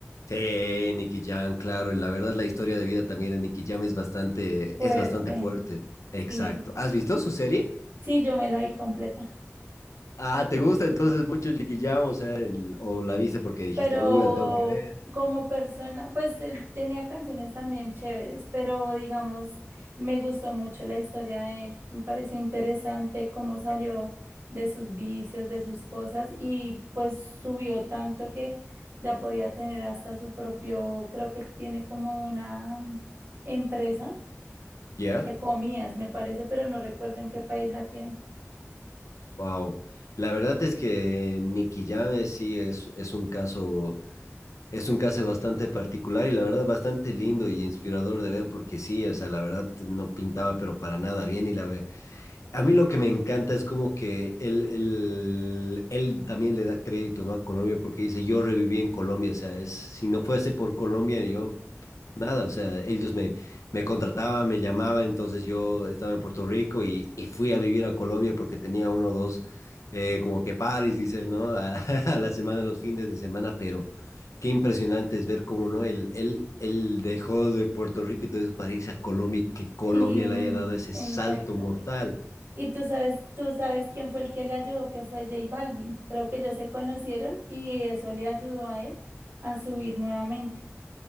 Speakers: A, on the left; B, on the right.
A: Sí, Nicky Jam, claro. y La verdad, la historia de vida también de Nicky Jam es bastante,
B: Fuerte.
A: es bastante fuerte. Exacto.
B: Sí,
A: ¿Has visto su serie?
B: sí, yo me la vi completa.
A: Ah, ¿te gusta entonces mucho Nicky Jam? O sea, el- o la viste porque dijiste,
B: pero
A: uh, la tengo que ver.
B: como persona, pues él tenía canciones también chéveres, pero digamos, me gustó mucho la historia de él, me pareció interesante cómo salió de sus vicios, de sus cosas y pues subió tanto que ya podía tener hasta su propio, creo que él tiene como una empresa
A: ¿Ya?
B: de comidas, me parece, pero no recuerdo en qué país la tiene.
A: Wow. La verdad es que Nicky Jam es- sí es, es un caso Es un caso bastante particular y la verdad bastante lindo y inspirador de ver porque sí, o sea, la verdad no pintaba pero para nada bien y la ve. A mí lo que me encanta es como que él, él, él también le da crédito, ¿no? a Colombia porque dice, yo reviví en Colombia, o sea, es, si no fuese por Colombia yo nada, o sea, ellos me, me contrataban, me llamaban, entonces yo estaba en Puerto Rico y, y fui a vivir a Colombia porque tenía uno o dos, eh, como que paris, dicen, ¿no? <laughs> A, a la semana, los fines de semana, pero qué impresionante es ver cómo, ¿no? Él, él, él dejó de Puerto Rico y todo eso para irse a Colombia y que Colombia
B: Y
A: le haya dado ese
B: exacto.
A: salto mortal.
B: Y tú sabes, tú sabes quién fue el que le ayudó, que fue J Balvin. Creo que ellos se conocieron y eso le ayudó a él a subir nuevamente.